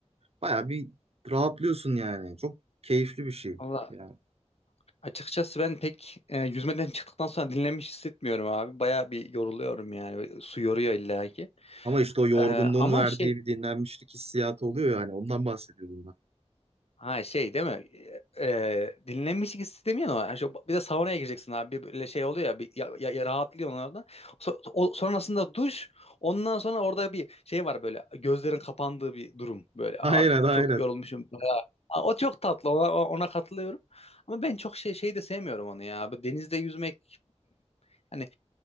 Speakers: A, on the right; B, on the left.
A: Baya bir rahatlıyorsun yani. Çok keyifli bir şey.
B: Valla
A: Yani.
B: açıkçası ben pek e, yüzmeden çıktıktan sonra dinlenmiş hissetmiyorum abi. Baya bir yoruluyorum yani. Su yoruyor illa ki.
A: Ama işte o yorgunluğun
B: E, ama
A: verdiği
B: şey
A: bir dinlenmişlik hissiyatı oluyor yani. Ondan bahsediyordum ben.
B: Ha şey değil mi? Ee, dinlenmişlik istemiyor ama yani şu- bir de saunaya gireceksin abi bir böyle şey oluyor ya bir ya, ya, ya rahatlıyorsun orada. So- o- sonrasında duş ondan sonra orada bir şey var böyle gözlerin kapandığı bir durum böyle
A: Aynen
B: abi
A: aynen.
B: çok yorulmuşum. Ya, O çok tatlı ona, ona katılıyorum. Ama ben çok şey şey de sevmiyorum onu ya. Böyle denizde yüzmek hani